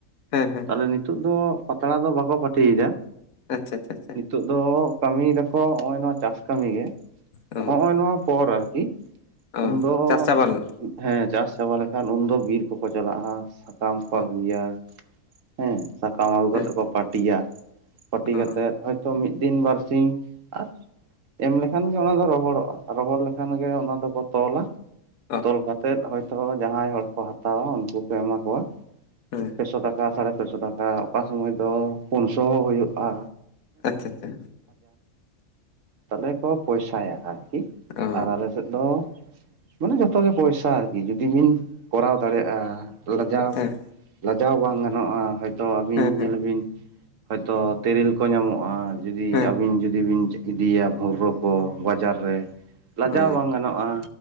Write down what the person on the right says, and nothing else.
ᱛᱟᱞᱦᱮ ᱱᱤᱛᱚᱜ ᱫᱚ ᱯᱟᱛᱲᱟ ᱫᱚ ᱵᱟᱠᱚ ᱯᱟᱹᱴᱤᱭ ᱫᱟ᱾
ᱱᱤᱛᱚᱜ ᱫᱚ ᱠᱟᱹᱢᱤᱭ ᱫᱟᱠᱚ ᱦᱚᱜᱼᱚᱭ ᱱᱚᱣᱟ ᱪᱟᱥ ᱠᱟᱹᱢᱤ ᱜᱮ᱾
ᱦᱚᱸᱜᱼᱚᱭ ᱱᱚᱣᱟ ᱯᱚᱨ ᱟᱨᱠᱤ
ᱩᱱ ᱫᱚ
ᱦᱮᱸ ᱪᱟᱥ ᱪᱟᱵᱟ ᱞᱮᱠᱷᱟᱱ ᱩᱱᱫᱚ ᱵᱤᱨ ᱠᱚᱠᱚ ᱪᱟᱞᱟᱜᱼᱟ, ᱥᱟᱠᱟᱢ ᱠᱚ
ᱟᱹᱜᱩᱭᱟ᱾ ᱦᱮᱸ ᱥᱟᱠᱟᱢ ᱟᱹᱜᱩ
ᱠᱟᱛᱮᱜ ᱠᱚ ᱯᱟᱹᱴᱤᱭᱟ ᱯᱟᱹᱴᱤ
ᱠᱟᱛᱮᱜ ᱦᱳᱭ ᱛᱚ ᱢᱤᱫ ᱫᱤᱱ ᱵᱟᱨ ᱥᱤᱧ ᱟᱨ ᱮᱢ ᱞᱮᱠᱷᱟᱱ ᱜᱮ ᱚᱱᱟ ᱫᱚ ᱨᱚᱦᱚᱲᱚᱜᱼᱟ, ᱨᱚᱦᱚᱲ ᱞᱮᱠᱷᱟᱱ ᱜᱮ ᱚᱱᱟ ᱫᱚᱠᱚ ᱛᱚᱞᱟ᱾
ᱛᱚᱞ ᱠᱟᱛᱮᱫ ᱦᱚᱭᱛᱳ ᱡᱟᱦᱟᱸᱭ ᱦᱚᱲ ᱠᱚ ᱦᱟᱛᱟᱣᱟ ᱩᱱᱠᱩ ᱠᱚ ᱮᱢᱟ ᱠᱚᱣᱟ,
ᱯᱮᱥᱚ ᱴᱟᱠᱟ ᱥᱟᱲᱮ ᱯᱮᱥᱚ ᱴᱟᱠᱟ ᱚᱠᱟ ᱥᱚᱢᱚᱭ ᱫᱚ ᱯᱩᱱᱥᱚ ᱦᱚᱸ ᱦᱩᱭᱩᱜᱼᱟ᱾
ᱛᱟᱞᱦᱮ ᱠᱚ ᱯᱚᱭᱥᱟᱭᱟ ᱟᱨᱠᱤ
ᱟᱨ ᱟᱞᱮ ᱥᱮᱫ ᱫᱚ ᱢᱟᱱᱮ ᱡᱚᱛᱚ ᱜᱮ ᱯᱚᱭᱥᱟ ᱟᱨᱠᱤ ᱡᱩᱫᱤ ᱵᱤᱱ ᱠᱚᱨᱟᱣ ᱫᱟᱲᱮᱜᱼᱟ᱾ ᱞᱟᱡᱟᱣ
ᱞᱟᱡᱟᱣ ᱵᱟᱝ ᱜᱟᱱᱚᱜᱼᱟ ᱦᱚᱭᱛᱚ ᱟᱹᱵᱤᱱ
ᱧᱮᱞ ᱵᱤᱱ ᱦᱚᱭᱛᱚ ᱛᱮᱨᱮᱞ ᱠᱚ ᱧᱟᱢᱚᱜᱼᱟ ᱡᱩᱫᱤ
ᱟᱹᱵᱤᱱ ᱡᱩᱫᱤ ᱵᱤᱱ ᱪᱮ ᱤᱫᱤᱭᱟ ᱵᱷᱳᱵᱨᱚ ᱠᱚ ᱵᱟᱡᱟᱨ ᱨᱮ ᱞᱟᱡᱟᱣ
ᱵᱟᱝ ᱜᱟᱱᱚᱜᱼᱟ᱾